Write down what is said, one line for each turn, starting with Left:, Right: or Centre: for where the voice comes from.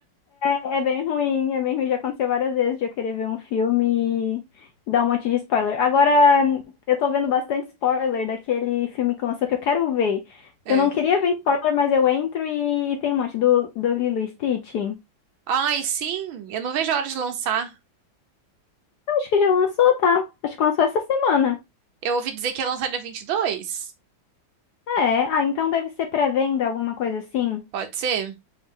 Left: É bem ruim, é bem ruim. Já aconteceu várias vezes de eu querer ver um filme e dar um monte de spoiler. Agora, eu tô vendo bastante spoiler daquele filme que lançou que eu quero ver.
Right: É.
Left: Eu não queria ver spoiler, mas eu entro e, e tem um monte do, do Lilo e Stitch.
Right: Ai, sim, eu não vejo a hora de lançar.
Left: Acho que já lançou, tá? Acho que lançou essa semana.
Right: Eu ouvi dizer que ia lançar dia vinte e dois.
Left: É, ah, então deve ser pré-venda, alguma coisa assim.
Right: Pode ser?